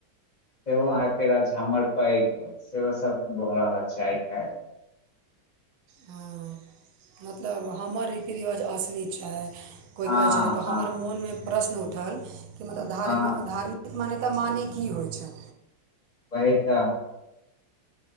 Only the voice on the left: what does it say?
सेहो आहऽके हमर पैघ, ई सेहो सभ भऽ रहल छै आइ काल्हि।
हँ
हँ
हँ
वही तऽ